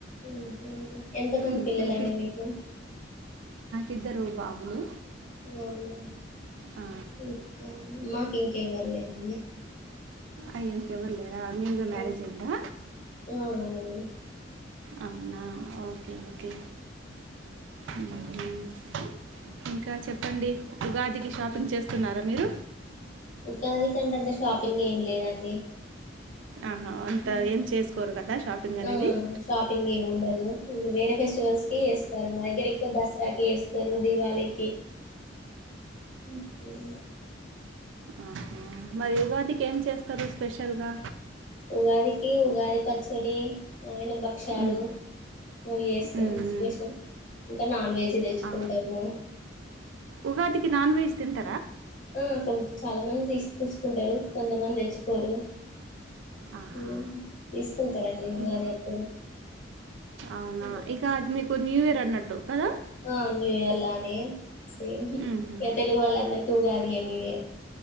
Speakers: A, on the left; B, on the right.
A: ఊ హ్మ్ ఎంత మంది
B: ఉమ్,
A: పిల్లలండి
B: మీ
A: మీకు
B: ఇద్దరు బాబులు
A: అవునా
B: ఆ,
A: ఇంకా మాకు ఇంకేవ్వరు లేరండి
B: అయ ఇంకెవ్వరు లేరా న్యూగా
A: హ్మ్.
B: మ్యారేజ్ అయిందా
A: ఆ అవును
B: అవునా ఓకే ఓకే హ్మ్ హ్మ్ ఇంకా చెప్పండి ఉగాదికి షాపింగ్ చేస్తున్నారా మీరు
A: ఉగాది కంటే అంటే షాపింగ్ ఏం లేదండి
B: ఆహా అంత
A: హ్మ్
B: ఏం చేసుకోరు కదా షాపింగ్ అనేది
A: ఆ షాపింగ్ ఏమి ఉండదు ఇంకా వేరే ఫెస్టివల్స్ కి వేస్తారు మా దగ్గర ఎక్కువ దసరాకి వేస్తారు దివాళికి <inaudible>
B: ఆహ మరి ఊగాదికి ఏం చేస్తారు స్పెషల్గా
A: ఉగాదికి ఉగాది పచ్చడి అలానే భక్షాలు
B: ఉమ్,
A: అవి చేస్తాం
B: ఉమ్,
A: స్పెషల్
B: ఉమ్.
A: ఇంకా నాన్ వెజ్ తెచ్చుకుంటాము
B: ఆ. ఉగాదికి నాన్ వెజ్ తింటా
A: <unintelligible> చాలా మంది తీసుకచుకుంటారు కొంతమంది తెచ్చుకోరు
B: ఆహా
A: ఉమ్ తీసుకుంటారంండి ఉగాది
B: ఇం-
A: అప్పుడు
B: అవునా
A: హ్మ్.
B: ఇక అది మీకు న్యూ ఇయర్ అన్నట్టు కదా
A: ఆ న్యూ ఇయర్ లానే సేమ్
B: ఉహు.
A: ఈ తెలుగు వాళ్ళ అందరికి Ugadi a new year